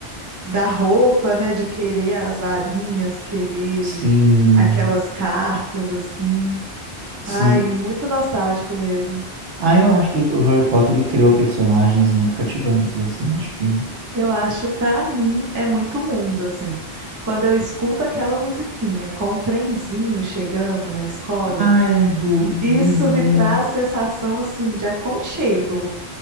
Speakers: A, on the right (about 20°); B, on the right (about 80°).
A: da roupa, né? De querer as varinhas, querer
B: sim.
A: aquelas cartas, assim.
B: Sim,
A: Ai, muito nostálgico mesmo.
B: Ah, eu acho que o Harry Potter ele criou personagens muito cativantes, assim, acho que.
A: Eu acho, pra mim, é muito mundo, assim. Quando eu escuto aquela musiquinha com o trenzinho chegando na escola,
B: Ai, do.
A: isso
B: Uhum.
A: me traz sensação, assim, de aconchego.